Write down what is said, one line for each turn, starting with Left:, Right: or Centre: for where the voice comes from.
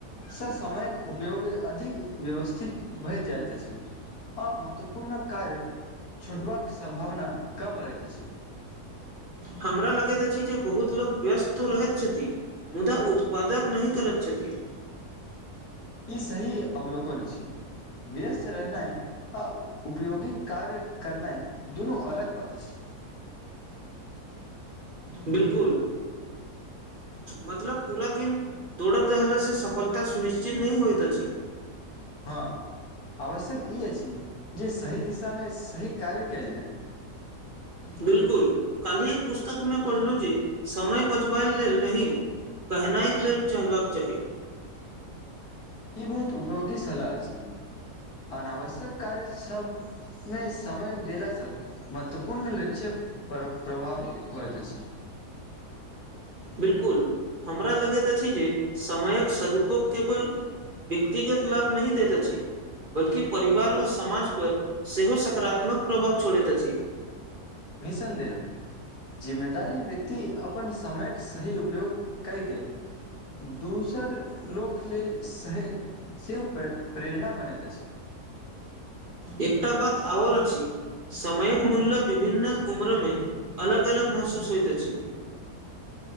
Left: स समयक उपयोग अधिक व्यवस्थित भइ जाइत अछि। आ महत्वपूर्ण कार्य छूटबाक संभावना कम रहैत अछि।
Right: हमरा लगैत अछि जे बहुत लोक व्यस्त तो रहैत छथि। मुदा उत्पादक नहि करैत छथि।
Left: ई सही अवलोकन अछि व्यस्त रहनाइ। आ उपयोगी कार्य करना दुनू अलग बात अछि।
Right: बिल्कुल। मतलब पूरा दिन दौड़त रहला से सफलता सुनिश्चित नहि होइत अछि।
Left: हँ आवश्यक ई अछि जे सही दिशामे सही कार्य कयल जाय।
Right: बिल्कुल काल्हि एक पुस्तक मे पढ़लहु जे समय बचबाय लेल नहि पहनाई के लेल चाहबाक चाहि।
Left: ई बहुत उपयोगी सलाह अछि अनावश्यक कार्य सब मे समय देलासँ महत्वपूर्ण लक्ष्यक प्रभावी होइत अछि।
Right: बिलकुल हमरा लगैत अछि जे समयक सदुपोग केवल। व्यक्तिगत लाभ नहि देत अछि। बल्कि परिवार अ समाज पर सेहो सकरात्मक प्रभाव छोड़ैत अछि।
Left: निसंदेह। जिम्मेदारी व्यक्ति अपन समयक सही उपयोग कैके। दोसर लोक लेल सहे सेहो फेर प्रेरणा बनैत अछि।
Right: एकटा बात आओर अछि समयक मूल्य विभन्न उम्रमे अलग- अलग महसूस होइत अछि।